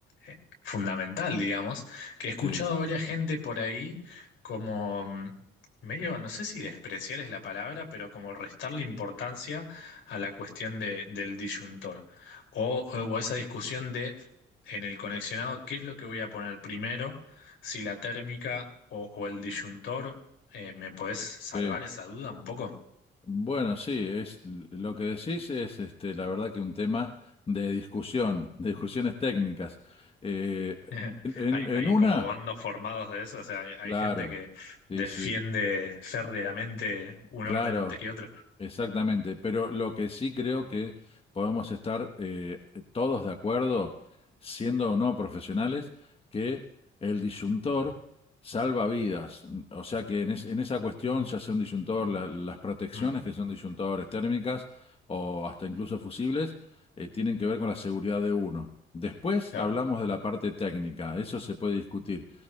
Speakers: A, on the left (about 70°); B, on the left (about 30°).
A: eh, fundamental, digamos, que he escuchado
B: sí,
A: a varias gente por ahí como mm, medio, no sé si despreciar es la palabra, pero como restarle importancia a la cuestión de- del disyuntor. O, o esa discusión de en el conexionado, ¿qué es lo que voy a poner primero? Si la térmica o, o el disyuntor, Eh, ¿me podés salvar
B: sí.
A: esa duda un poco?
B: Bueno, sí, es lo que decís es este, la verdad que un tema de discusión, de discusiones técnicas. Eh,
A: <laughs>
B: en, en
A: Hay,
B: en
A: hay
B: una,
A: como bandos formados de eso, o sea, hay, hay
B: claro,
A: gente que
B: sí,
A: defiende
B: sí,
A: férreamente un
B: claro.
A: orden antes que otro.
B: Exactamente, pero lo que sí creo que podemos estar eh, todos de acuerdo, siendo o no profesionales, que el disyuntor salva vidas. O sea que en, es- en esa cuestión, ya sea un disyuntor, la- las protecciones
A: Mm,
B: que son disyuntadores térmicas o hasta incluso fusibles, eh, tienen que ver con la seguridad de uno. Después
A: claro.
B: hablamos de la parte técnica, eso se puede discutir,